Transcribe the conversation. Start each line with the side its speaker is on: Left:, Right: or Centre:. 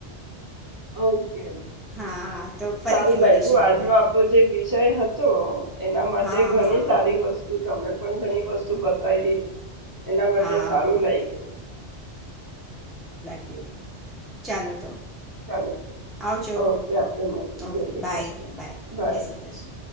Right: ઓ કે
Centre: હા તો ફરીથી
Right: સારું લાગ્યું
Centre: મળીશું
Right: આજનો
Centre: આપણે
Right: આપણો જે વિષય હતો એના માટે
Centre: હા
Right: ઘણી
Centre: હા
Right: સારી વસ્તુ તમે પણ ઘણી વસ્તુ બતાઈડી એના માટે
Centre: હા
Right: સારું લાઈગુ
Centre: ગયું ચાલો તો.
Right: ચાલો,
Centre: આવજો
Right: ઓકે આપે મળીએ, જય
Centre: ઓકે
Right: શ્રી
Centre: બાય
Right: કૃષ્ણ બાય.
Centre: જય શ્રી કૃષ્ણ